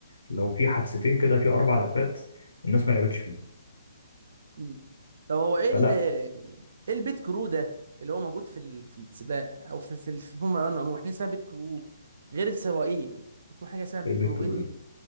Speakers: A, on the left; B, on the right.
A: لو في حادثتين كده في اربع لفات الناس ما لعبتش فيه
B: مم. طب هو ايه اللي
A: فلا
B: ايه البيت كرو ده اللي هو موجود في ال... في السباق او في في, ال- في الفورمولا 1 عموما حاجه اسمها بيت كرو غير السواقين بتكون حاجه اسمها بيت
A: البيت
B: كرو
A: كله
B: ايه دي
A: لعب